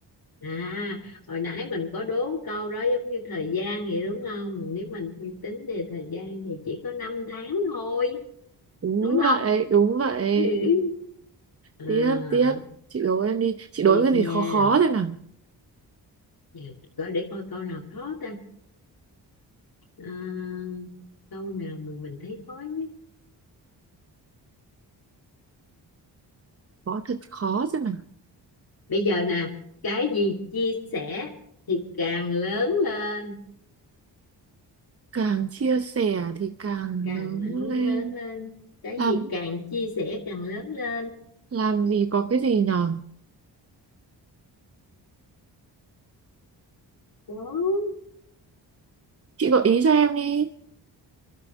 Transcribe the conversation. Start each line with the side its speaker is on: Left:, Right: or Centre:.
Left: À, hồi nãy mình có đố câu đó giống như thời gian vậy đúng không? Nếu mình suy tính về thời gian thì chỉ có 5 tháng thôi,
Right: đúng
Left: đúng
Right: vậy
Left: không?
Right: đúng vậy
Left: <laughs> À,
Right: tiếp tiếp chị đố em đi chị
Left: tiếp
Right: đố em cái
Left: nha.
Right: gì khó khó thế nào
Left: Giờ coi để coi câu nào khó ta. À, câu nào mà mình thấy khó nhất.
Right: khó thật khó thế nào
Left: Bây giờ nè, cái gì chia sẻ thì càng lớn lên,
Right: càng chia sẻ thì càng
Left: càng
Right: lớn
Left: lớn
Right: lên
Left: lớn lên. Cái
Right: làm
Left: gì càng chia sẻ càng lớn lên.
Right: làm gì có cái gì nhở
Left: Wow.
Right: chị gợi ý cho em đi